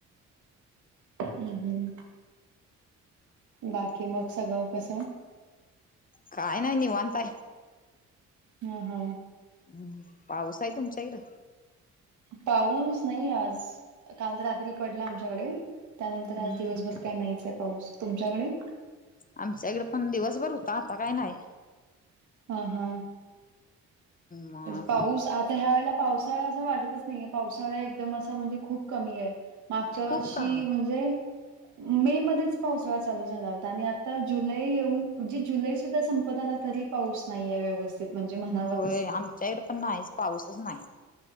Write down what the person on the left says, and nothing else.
काय नाही नव अता
हम् पाऊस आहे तुमच्या इकडें.
हम्म
आमच्या इकडे पण दिवसभर होता आता काय नाही.
मग
खूप
का
होय
आमच्या इकडे पण नाहीच पाऊसच नाही